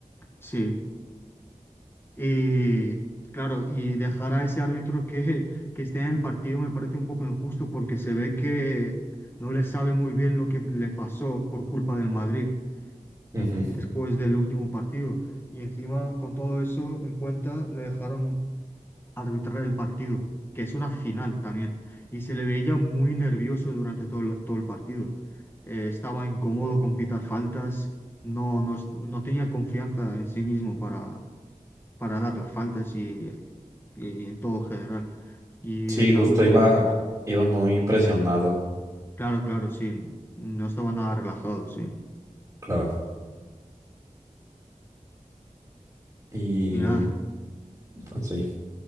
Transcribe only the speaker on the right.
Ujú.
Sí,
justo
iba, iba muy presionado,
claro. Y
pues, sí.